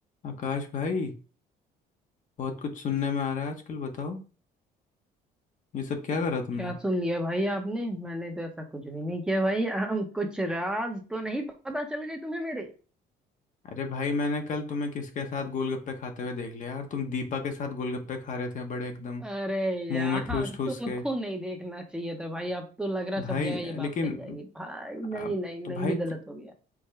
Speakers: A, on the left; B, in the centre.
A: आकाश भाई बहुत कुछ सुनने में आ रहा है आजकल बताओ ये सब क्या करा तुमने
B: क्या सुन लिया भाई आपने मैंने तो ऐसा कुछ भी नहीं किया भाई हम कुछ राज तो नहीं पता चल गए तुम्हें मेरे
A: अरे भाई मैंने कल तुम्हें किसके साथ गोलगप्पे खाते हुए देख लिया यार तुम दीपा के साथ गोलगप्पे खा रहे थे बड़े एकदम
B: अरे
A: मुंह
B: यार
A: में ठूस ठूस
B: तुमको
A: के
B: नहीं देखना चाहिए था भाई अब तो लग रहा
A: भाई
B: सब जगह ये बात
A: लेकिन
B: फैल जाएगी भाई
A: अब
B: नहीं नहीं नहीं
A: तो भाई
B: ये गलत हो गया